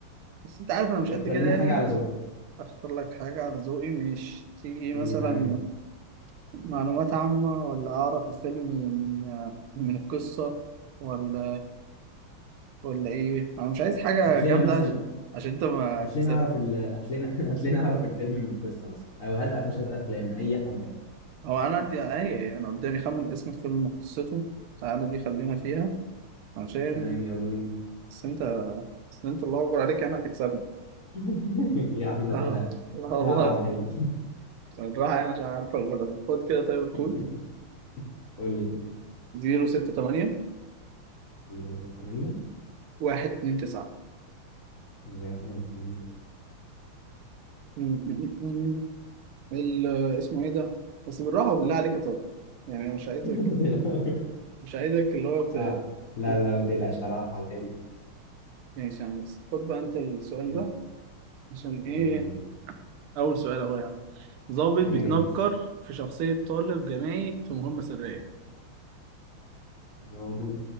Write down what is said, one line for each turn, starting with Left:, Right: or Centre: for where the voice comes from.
Right: بس انت عارف انا مش قد
Left: اختار
Right: كده
Left: لنا
Right: يعني
Left: حاجة على ذوقك
Right: اختار لك حاجة على ذوقي مش تيجي
Left: ايه
Right: مثلا
Left: اللي تعملها
Right: معلومات عامة ولا اعرف الفيلم من آه، من القصة ولا ولا ايه انا مش عايز حاجة
Left: هات
Right: جامدة
Left: لنا مثلا
Right: عش- عشان انت ما
Left: هات
Right: تكسب
Left: لنا اعرف ال... هات لنا <laughs> هات لنا اعرف الفيلم من القصة مثلا او هات قفشات افلام اي حاجة
Right: هو انا عندي ايه انا قدامي خمن اسم الفيلم وقصته تعالى دي خلينا فيها عشان
Left: تمام يلا بينا
Right: بس انت بس انت الله اكبر عليك انا هتكسبني
Left: <laughs> يا عم ما
Right: اه
Left: تقلقش
Right: <laughs> لا والله
Left: هلعب على هادي
Right: بالراحه يعني عشان عارف اقول لك خد كده طيب الكود
Left: <laughs> قول لي كده
Right: 068
Left: 0 3 8
Right: 129
Left: 1 2 9
Right: م- م- م- ال اسمه ايه ده بس بالراحه وبالله عليك يا طارق يعني أنا مش عايزك
Left: <laughs> ما تقلقش
Right: مش عايزك اللي هو ت...
Left: اه لا
Right: ت-
Left: لا لا ما تقلقش هلعبها على الهادي خالص
Right: ماشي يا عم بس خد بقى انت السؤال
Left: يا-
Right: ده عشان ايه
Left: يلا بينا
Right: اول سؤال اهو يا عم ضابط
Left: انا
Right: بيتنكر
Left: جاهز
Right: في شخصيه طالب جامعي في مهمه سريه
Left: ضابط